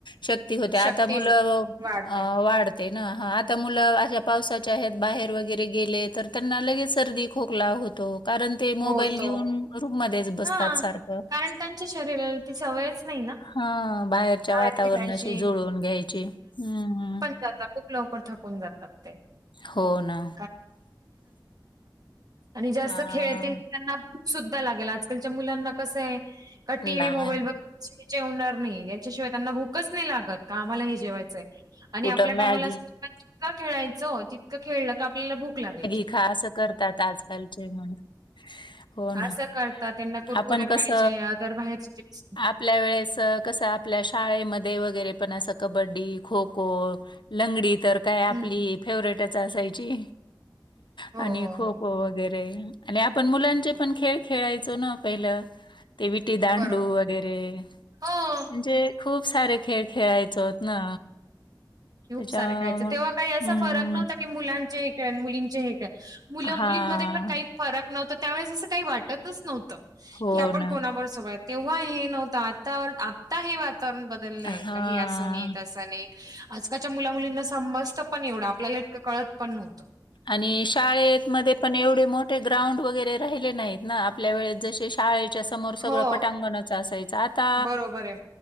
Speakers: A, on the left; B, on the right.
A: शक्ती होते आता
B: शक्ती
A: मुलं
B: वाढते
A: वाढ ते ना आता मुलं अशा पावसाच्या ह बाहेर वगैरे गेले तर त्यांना लगेच. सर्दी खोकला होतो कारण ते
B: होतो
A: मोबाईल घेऊन रूम म बसतात
B: हा.
A: सारखं
B: कारण त्यांच्या शरीराला ती सवयच नाही ना
A: हा बाहेरच्या
B: बाहेर
A: वातावरणाशी
B: खेळायची.
A: जुळवून घ्यायची हम्मम्.
B: जात खूप लवकर थकुन जातात ते.
A: हो ना
B: का आणि जास्त
A: हा
B: खेळतील त्यांना <inaudible> सुद्धा लागेल आजकालच्या मुलांना कसं आहे का टीव्ही
A: नाही
B: मोबाईल बघितल्याशिवाय जेवणार नाही, याच्याशिवाय त्यांना भूकच नाही लागत का आम्हाला हे जेवायचंय. आणि
A: कुठं
B: आपल्या
A: मॅगी
B: टायमाला असं जितक खेळायचं जितकं खेळलं का आपल्याला भूक लागायची.
A: घे खा असं करतात आजकालचे मुलं. हो ना
B: असं करतात त्यांना कुरकुरे
A: आपण कस
B: पाहिजे अदर बाहेरचे चिप्स
A: आपल्या वेळेस कसं- आपल्या शाळेमध्ये वगैरे पण असं कबड्डी खो -खो लंगडी तर काय आपली,
B: हं.
A: फेवरेटच असायची
B: हो,
A: आणि
B: हो,
A: खो
B: हो.
A: -खो वगैरे, आणि आपण मुलांचे पण खेळ खेळायचो ना पहिलं. ते विटी दांडू
B: बरोबर.
A: वगैरे म्हणजे,
B: हो.
A: खूप सारे खेळ खेळायचो चोत ना.
B: खूप
A: त्याच्यामुळं
B: सारे खेळायचो तेव्हा काही असा
A: हं.
B: फरक नव्हता की मुलांचे हे खेळ अन मुलींचे हे खेळ. मुलं
A: हां.
B: मुलींमध्ये पण काही फरक नव्हता त्यावेेळेस असं काही वाटतच नव्हतं
A: हो
B: की आपण
A: ना.
B: कोणाबरोबर- तेव्हा हे नव्हतं आता, आता हे वातावरण बदल- बदलय
A: हां.
B: काही असं नाही तस नाही. आजकालच्या मुला मुलींना समजतं पण एवढं आपल्याला इतकं कळत पण नव्हतं.
A: आणि शाळमध्येध्ये पण एवढे मोठे ग्राउंड वगैरे राहिले नाहीत ना आपल्या वेळेस जसे शाळेत- च्यासमोर सगळं
B: हो
A: पटांगणच असायचं आता
B: बरोबर आहे.